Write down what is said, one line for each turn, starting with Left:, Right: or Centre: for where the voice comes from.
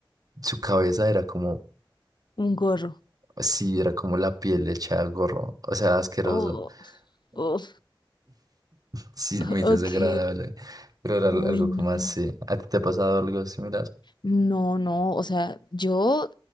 Right: su cabeza era como
Left: Un gorro.
Right: Sí, era como la piel hecha gorro, o sea, asqueroso.
Left: Oh,
Right: <laughs>
Left: oh,
Right: Sí, muy
Left: ok.
Right: desagradable, pero era al-
Left: Uy,
Right: algo
Left: no.
Right: como así. ¿A ti te ha pasado algo similar?
Left: No, no, o sea, yo